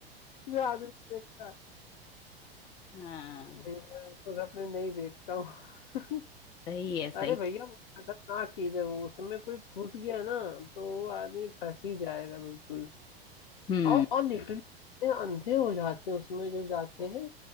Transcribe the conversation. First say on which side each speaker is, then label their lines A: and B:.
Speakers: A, on the left (about 55°); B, on the left (about 15°).
A: जो आदमी देखता
B: हाँ
A: नहीं मैं वो सपने नहीं देखता हूँ <laughs>
B: सही है सही
A: अरे भैया वो खतरनाक चीज है वो उसमें कोई घुस गया ना तो वो आदमी फंस ही जाएगा बिल्कुल
B: हम्म
A: और और लिटरली इतने अंधे हो जाते हैं उसमें जो जाते हैं